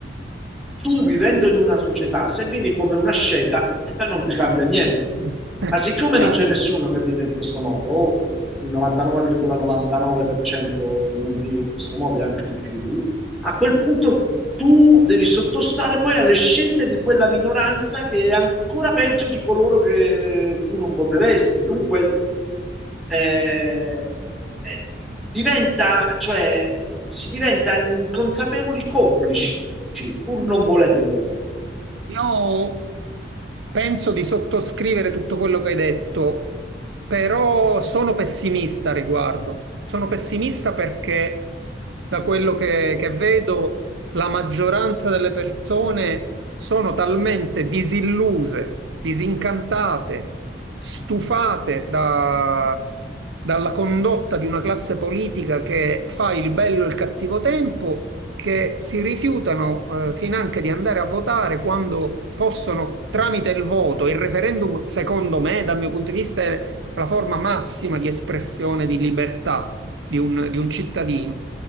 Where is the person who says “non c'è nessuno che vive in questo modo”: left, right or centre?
Centre